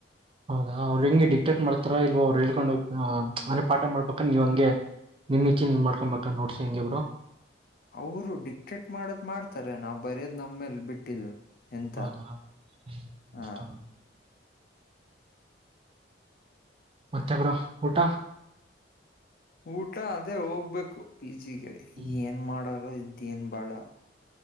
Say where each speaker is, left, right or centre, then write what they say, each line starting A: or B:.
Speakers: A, on the right (about 30°); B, on the left (about 50°).
A: ಹೌದಾ ಅವ್ರ ಹೆಂಗಗೆ ಡಿಕ್ಟೇಟ್ ಮಾಡ್ತಾರ ಇಲ್ವಾ ಅವ್ರು ಹೇಳ್ಕೊಂಡೋಗ ಅನೇ ಪಾಠ ಮಾಡ್ಬೇಕಂದ ನೀವ ಹಂಗೆ. ನಿಮ್ ಇಚೆ ನೀನ ಮಾಡ್ಕೊಂಬಬೇಕ ನೋಡ್ಸಿ ಹೆಂಗೆ ಬ್ರೋ.
B: ಅವರು ಡಿಕ್ಟೆಟ್ ಮಾಡದ್ ಮಾಡ್ತಾರೆ ನಾವು ಬರ್ಯೋದ್ ನಮ್ಮ ಮೇಲ್ ಬಿಟ್ಟಿದ್ದು. ಎಂತ
A: ಹೌದ. <unintelligible>
B: ಹ
A: ಮತ್ತೆ ಬ್ರೋ ಊಟ.
B: ಊಟ ಅದೇ ಹೋಗ್ಬೇಕು ಪಿ ಜಿ ಗೆ
A: ಹ್ಮ್
B: ಏನು ಮಾಡೊರ ಇದದೇನ ಬಾಳೊ.